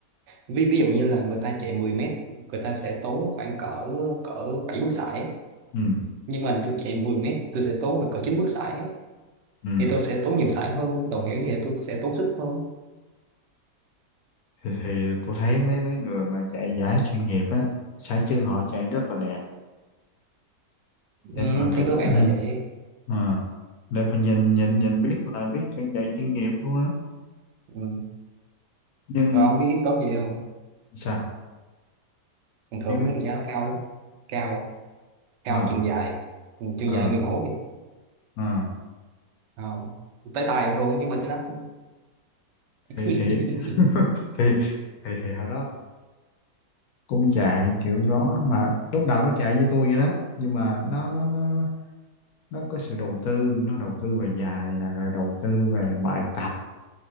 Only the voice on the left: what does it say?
ừ
ừ
thì, thì tôi thấy mấy mấy người mà chạy giải chuyên nghiệp á sải chân họ chạy rất là đẹp
đẹp mà cách
ừ
à, đẹp mà nhìn nhìn nhìn biết là biết chân chạy chuyên nghiệp luôn á
nhưng
sao
biết biết
gì
à
à
à
thì thì <laughs> thì thì thì hồi đó cũng chạy kiểu đó mà lúc đầu nó chạy với tôi vậy đó nhưng mà nó nó nó nó có sự đầu tư nó đầu tư về dài nè rồi đầu tư về bài tập